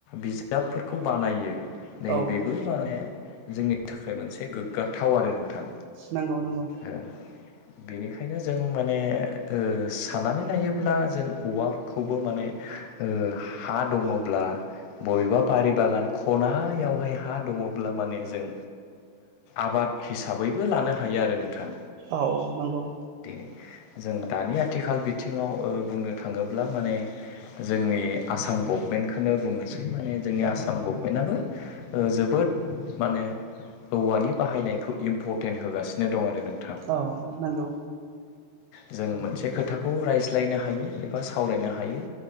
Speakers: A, on the left (about 80°); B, on the right (about 80°).
A: बिजाबफोरखौ बानायो। नै
B: औ
A: बेेबो माने जोंनि थाखाय मोनसे गोग्गाथाव आरो नोंथां।
B: नंगौ नंगौ।
A: ओ बेनिखायनो जों माने ओ साननानै नायोब्ला जों औवा खौबो माने हा दङब्ला बबेबा बारि बागान खनायावहाय हा दङब्ला माने जों आबाद हिसाबैबो लानो हायो आरो नोंथां।
B: औ नंगौ।
A: दिनै जों दानि आथिखाल बिथिङाव ओ बुंनो थाङोब्ला माने जोंनि आसाम गभमेन्टखौनो बुंनोसै माने जोंनि आसाम गभमेन्टआबो जोबोद जोबोद माने औवानि बाहायनायखौ इम्परटेन्ट होगासिनो दं आरो नों
B: औ नंगौ।
A: जों मोनसे खोथाखौ रायज्लायनो हायो बा सावरायनो हायो